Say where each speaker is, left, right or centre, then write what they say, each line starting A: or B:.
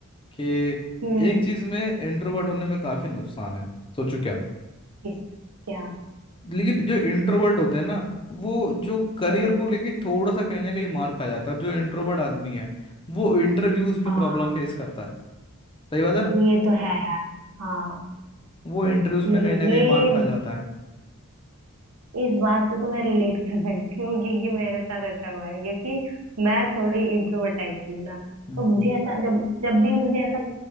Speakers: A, on the left; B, on the right.
A: कि
B: हम्म
A: एक चीज में इंट्रोवर्ट होने में काफी नुकसान है सोचो क्या
B: किस क्या
A: लेकिन जो इंट्रोवर्ट होते हैं ना वो जो करियर
B: हम्म
A: को लेके थोड़ा सा कहीं ना कहीं मार खा जाता है अब जो इंट्रोवर्ट आदमी है वो इंटरव्यूज में
B: हाँ
A: प्रॉब्लम फेस करता है सही बात है ना
B: ये तो है यार हाँ
A: वो इंटरव्यूज
B: नहीं
A: में कहीं ना कहीं
B: ये
A: मार खा जाता है
B: इस बात से तो मैं रिलेट कर सकती हूँ क्योंकि मेरे साथ ऐसा हुआ है क्योंकि मैं थोड़ी इंट्रोवर्ट टाइप की हूँ ना
A: हम्म
B: तो मुझे ऐसा जब जब भी मुझे ऐसा